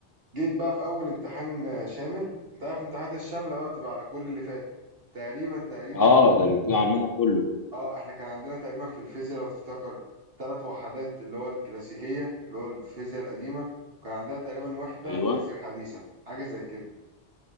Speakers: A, on the right; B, on the left.
A: جيت بقى في اول امتحان آه، شامل انت عارف الامتحانات الشامله بقى بتبقى على كل اللي فات تقريبا تقريبا
B: اه
A: كانت
B: ده اللي كنا عاملينها كله
A: اه احنا كان عندنا تقريبا في الفيزياء لو تفتكر ثلاث وحدات اللي هو الكلاسيكيه اللي هو الفيزياء القديمه وكان عندنا تقريبا وحده
B: ايوه
A: فيزياء حديثه حاجه زي كده